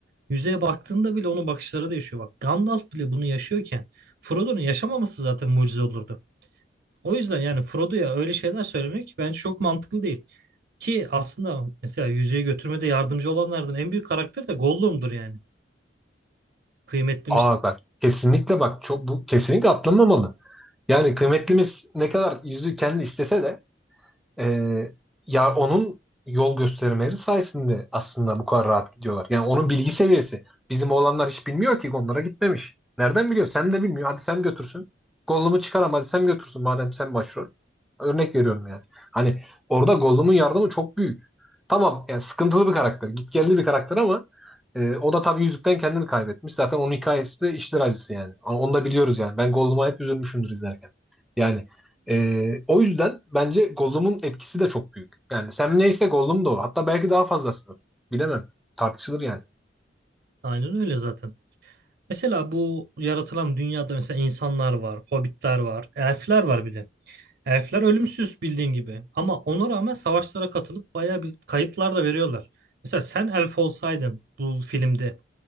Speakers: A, on the right; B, in the centre.
A: Yüzüğe baktığında bile onun bakışları değişiyor. Bak Gandalf bile bunu yaşıyorken Frodo'nun yaşamaması zaten mucize olurdu. O yüzden yani Frodo'ya öyle şeyler söylemek bence çok mantıklı değil. Ki aslında mesela yüzüğü götürmede yardımcı olanlardan en büyük karakter de Gollum'dur yani. Kıymetlimiz
B: Aa bak kesinlikle bak çok bu kesinlikle atlanmamalı. Yani kıymetlimiz ne kadar yüzüğü kendi istese de Ee, ya onun yol göstermeleri sayesinde aslında bu kadar rahat gidiyorlar. Yani onun bilgi seviyesi. Bizim oğlanlar hiç bilmiyor ki onlara gitmemiş. Nereden biliyor? Sen de bilmiyor. Hadi sen götürsün. Gollum'u çıkaram hadi sen götürsün madem sen başrol. Örnek veriyorum yani. Hani orada Gollum'un yardımı çok büyük. Tamam yani sıkıntılı bir karakter. Gitgelli bir karakter ama e, o da tabii yüzükten kendini kaybetmiş. Zaten onun hikayesi de işler acısı yani. Onu da biliyoruz yani. Ben Gollum'a hep üzülmüşümdür izlerken. Yani ee, o yüzden bence Gollum'un etkisi de çok büyük. Yani Sam neyse Gollum da o. Hatta belki daha fazlasıdır. Bilemem. Tartışılır yani.
A: aynen öyle zaten. Mesela bu yaratılan dünyada mesela insanlar var, hobbitler var, elfler var bir de. Elfler ölümsüz bildiğin gibi. Ama ona rağmen savaşlara katılıp bayağı bir kayıplar da veriyorlar. Mesela sen elf olsaydın bu filmde